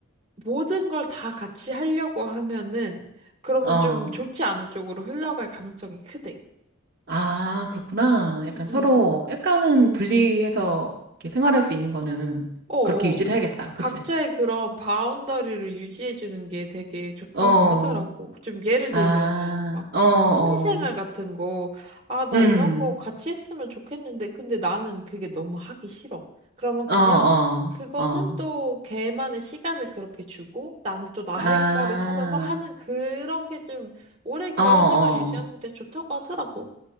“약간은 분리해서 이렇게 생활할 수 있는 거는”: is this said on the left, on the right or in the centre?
Right